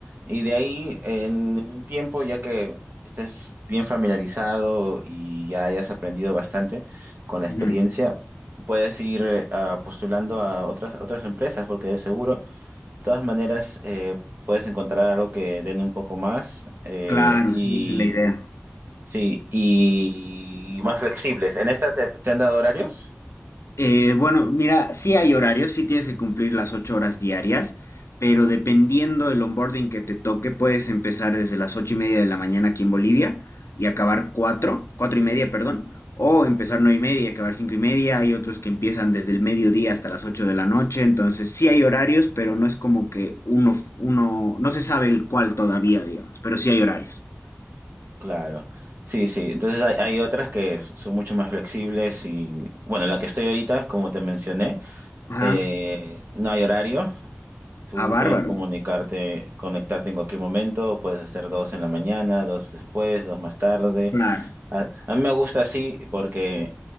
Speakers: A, on the right; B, on the left.
A: y de ahí en, en un tiempo, ya que estés bien familiarizado y ya hayas aprendido bastante con la experiencia,
B: ujú,
A: puedes ir eh, ah, postulando a otras, otras empresas, porque de seguro todas maneras, eh, puedes encontrar algo que den un poco más eh,
B: Claro,
A: y
B: sí, esa es la idea.
A: sí, y más flexibles. ¿En esta te, te han dado horarios?
B: Eh, bueno, mira, sí hay horarios, sí tienes que cumplir las ocho horas diarias, pero dependiendo del onboarding que te toque, puedes empezar desde las ocho y media de la mañana aquí en Bolivia y acabar cuatro, cuatro y media, perdón, o empezar nueve y media y acabar cinco y media. Hay otros que empiezan desde el mediodía hasta las ocho de la noche, entonces sí hay horarios, pero no es como que uno, uno, no se sabe el cuál todavía, digamos, pero sí hay horarios.
A: Claro. Sí, sí. Entonces hay, hay otras que s- son mucho más flexibles y bueno, la que estoy ahorita, como te mencioné,
B: Ajá,
A: eh, no hay horario. Tú
B: a bárbaro,
A: puedes comunicarte, conectarte en cualquier momento, puedes hacer dos en la mañana, dos después, dos más tarde.
B: claro.
A: A, a mí me gusta así porque